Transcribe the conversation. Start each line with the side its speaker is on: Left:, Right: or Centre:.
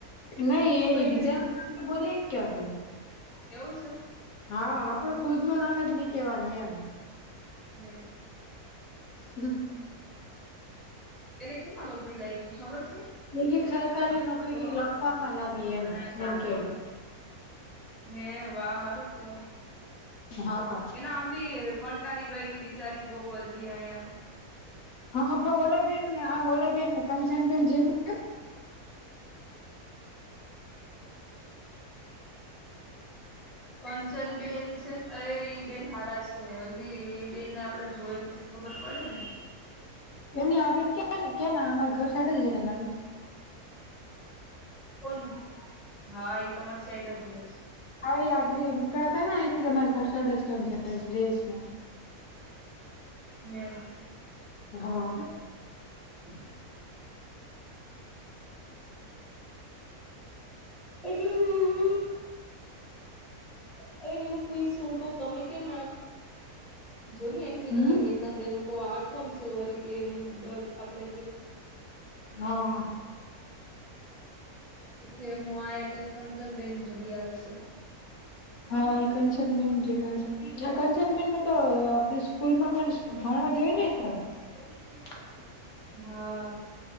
Left: નહીં
Centre: કોઈને
Left: એ બીજા ના બોલીય કે આપડે
Centre: એવું સે?
Left: હા આપડુ ખુદ નું નામ જ નહી કેહેવાનું એમ
Centre: એમ,
Left: હમ્મ.
Centre: એને કેમાં નોકરી લાગી ખબર છે.
Left: નીકી સરકારી નોકરી કંઈક લખવાવામાં લાગી એમ જેમ કે
Centre: હે વા! હારું કેવાય
Left: હા
Centre: એના આમબી કંટારી ગઈ હતી બિચારી બવ જ આયા.
Left: હા ઓલાબેન આમ ઓલાબેન કંચન બેેન જેમ-
Centre: કંચનબેન છે, અ ઈ બેન હારા સે. હજી એ બેનને આપડે જોઈ પછી ખબર પડે ને
Left: એની આ બેન કેને કે અમાર ઘર સાઈડ રેતા‌ લાગે છે.
Centre: કોન હા એ તમારી સાઈડ જ રહે છે.
Left: હા એ આધડી નીકળતા ને આયથી તમાર ઘર સાઈડ જ ક્યાંક જાઇશ રેશે.
Centre: યશ
Left: હા.
Centre: હું એટલે હું હવે નેમું કઈશું કે તમે કેમ જોની એમ કીધું
Left: હમ
Centre: કે મે ના બેન આ કોણ છે વરીથી બેન એની ડર આપડે કે
Left: હા.
Centre: કે હું આયા કે કંચનબેનની જગ્યા આવે છે.
Left: હા ઈ કંચનબેેન જગ્યાએ આવે છે. આ કંચનબેનને તો આપણી સ્કૂલ માં પણ ભણવા જય ને ઈ કણ <unintelligible>
Centre: હા.